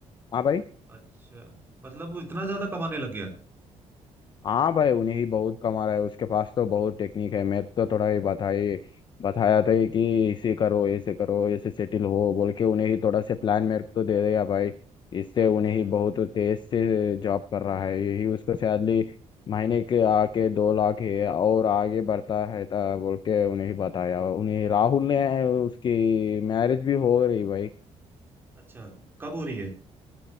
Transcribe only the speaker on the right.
अच्छा मतलब वो इतना ज्यादा कमाने लग गया
अच्छा
अच्छा कब हो रही है